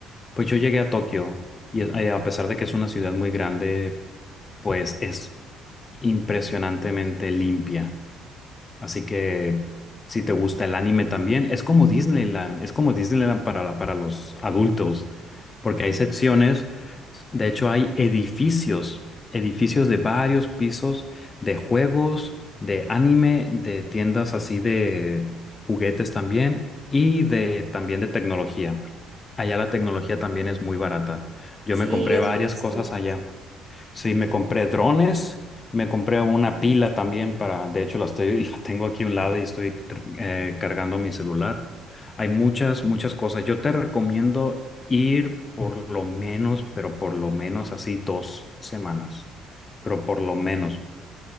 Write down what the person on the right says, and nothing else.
Sí,
eso
he visto.